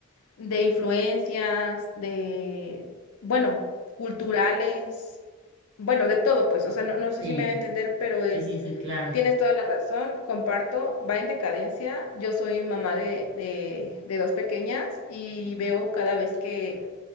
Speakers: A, on the left; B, on the right.
A: de influencias, de, bueno, culturales, bueno, de todo, pues, o sea, no, no sé
B: Sí,
A: si me va a entender, pero es,
B: sí, sí, sí, claro.
A: tienes toda la razón, comparto, va en decadencia, yo soy mamá de, de, de dos pequeñas y veo cada vez que